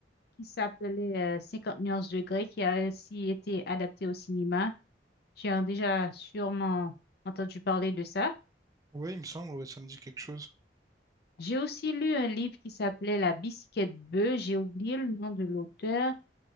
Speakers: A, on the left; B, on the right.
A: qui s'appelait euh, 50 nuances de Grey qui a aussi été adapté au cinéma. Tu as déjà sûrement entendu parler de ça.
B: Ouais, il me semble, ouais, ça me dit quelque chose.
A: J'ai aussi lu un livre qui s'appelait La bicyclette bleue. J'ai oublié le nom de l'auteur,